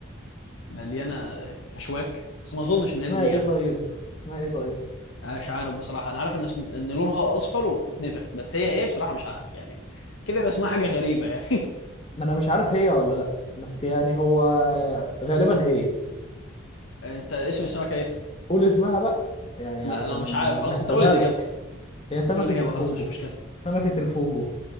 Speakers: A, on the left; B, on the left.
A: مليانة أشواك بس ما أظنش
B: اسمها
A: إن هي دي الإجابة
B: ايه طيب اسمها ايه طيب
A: أنا مش عارف بصراحة أنا عارف إن اسم... إن لونها أصفر وبتتنفخ بس هي إيه بصراحة مش عارف يعني كده يبقى اسمها حاجة غريبة يعني
B: ما انا مش عارف هي ولا لا بس يعني هو غالبا هي
A: <laughs> أنت اسم السمكة إيه؟
B: قول اسمها بقى يعني
A: لا
B: علشان
A: أنا مش عارف خلاص
B: نحسبها
A: أنت قول الإجابة
B: لك هي سمكة
A: قول الإجابة
B: الفوجو
A: خلاص مش مشكلة
B: سمكة الفوجو